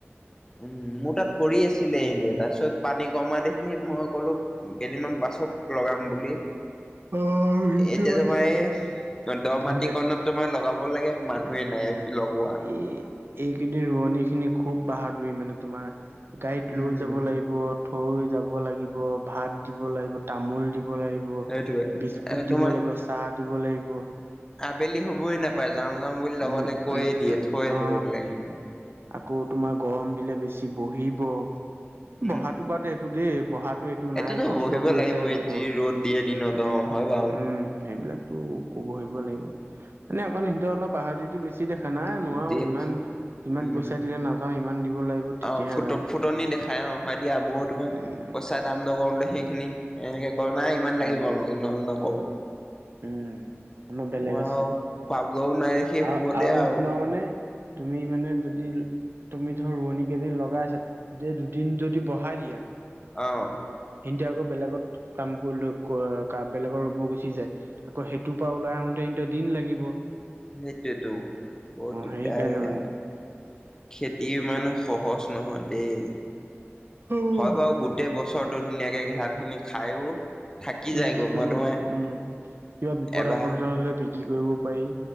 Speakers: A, on the left (about 15°); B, on the right (about 55°).
A: উম, মোৰ তাত কৰি আছিলে এনে তাৰ পিছত পানী কমাই দেখি মই ক'লো কেইদিনমান পাছত লগাম বুলি
B: অ', সিহঁতে
A: এতিয়া
B: মানে
A: তোমাৰ এ দ'
B: সিহঁতে
A: মাটিকণত তোমাৰ লগাব লাগে মান নুহে নাই। লগোৱা
B: এ এইকেইদিন ৰোৱনী খিনি খুব বাহাদুৰি মানে তোমাৰ গাড়ীত
A: উম
B: লৈ যাব লাগিব থৈ যাব লাগিব, ভাত দিব লাগিব, তামোল দিব লাগিব ৰুৱ
A: সেইটোৱে
B: বিস্কুট
A: আৰু তোমাৰ
B: দিব লাগিব, চাহ দিব লাগিব
A: আবেলি হবই নাপায় যাওঁ -যাওঁ বুলি
B: উম
A: লগতে কৈয়ে
B: উম
A: দিয়ে
B: উম
A: থৈ আহিব
B: অ
A: বোলে হিন্দক।
B: আকৌ তোমাৰ গৰম দিলে বেছি বহিব।
A: <inaudible>
B: বহাটো বাদে এইটো দেই বহাটো এইটো
A: সেইটোতো
B: নাই কষ্ট
A: বহিব
B: কৰিছে
A: লাগিবই
B: হ'ব
A: যি ৰ'দ দিয়ে দিনত
B: উম,
A: অ হয় বাৰু
B: উম সেইবিলাকতো কবহিব লাগিব মানে অকণ সিহঁতে অলপ বাহাদুৰিতো বেছি দেখা নাই নোৱাৰো
A: দিয়ে
B: ইমান ইমান
A: উম
B: পইচা দিলে নাযাওঁ ইমান দিব লাগিব তেতিয়াহে
A: অ ফুট
B: যাম
A: ফুটনি দেখাই অ হয় দিয়া মোৰো তোমাৰ
B: উম
A: পইচা দাম নকৰোতে সেইখিনি এনেকে কয় নাই ইমান লাগিব
B: উম
A: আমাক নহ'লে নকওঁ
B: উম আমাৰ বেলেগ
A: মই
B: আছে
A: পাবলৈও নাই দেখি
B: আৰু
A: হ'ব
B: আৰু
A: দে আৱ
B: তোমাৰ মানে তুমি মানে যদি তুমি ধৰ ৰোৱনী কেইজনী লগাই আছা যে দুদিন যদি বঢ়াই দিয়া
A: অ
B: সিনতি আকৌ বেলেগত কাম কৰি লো আ বেলেগৰ ৰুব গুচি যায় আকৌ সেইটোৰ পৰা ওলাই আহোতে সিঁহতৰ দিন লাগিব
A: সেইটোতো বহুত দিগদাৰ
B: সেইকাৰণে
A: এয়া
B: মানে
A: খেতি ইমানো সহজ নহয় দেই
B: উম
A: হয় বাও গোটেই বছৰটো ধুনীয়াকে ধান খিনি খায়ো থাকি যায়গৈ
B: বিক্ৰী কৰিব
A: মই তোমাৰ
B: উম কিবা বিপদ
A: এবাৰ
B: আপদ এটা হলে বিক্ৰী কৰিব পাই